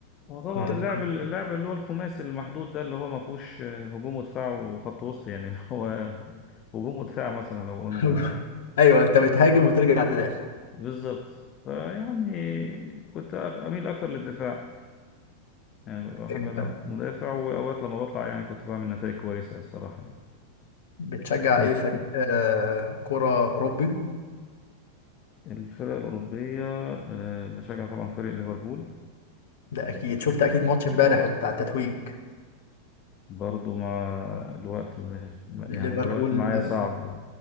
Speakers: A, on the left; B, on the left.
A: هو طبعا
B: كنت بتلعب
A: اللاعب اللاعب اللي هو الخماسي المحدود ده اللي هو ما فيهوش هجوم ودفاع وخط وسط يعني <laughs> هو هجوم ودفاع مثلا لو قلنا
B: <laughs> أيوه أنت بتهاجم وترجع تدافع
A: بالظبط فيعني كنت أميل أكتر للدفاع يعني بحب
B: أيوة
A: ألعب
B: فاهم.
A: مدافع وأوقات لما بطلع يعني كنت بعمل نتائج كويسة الصراحة يعني
B: بتشجع أي
A: <laughs>
B: فريق آه... كرة أوروبي
A: الفرق الأوروبية آه، بشجع طبعا فريق ليفربول
B: ده أكيد شفت أكيد ماتش إمبارح بتاع التتويج
A: برضو مع الوقت ما-
B: ليفربول
A: يعني الوقت معايا
B: آه،
A: صعب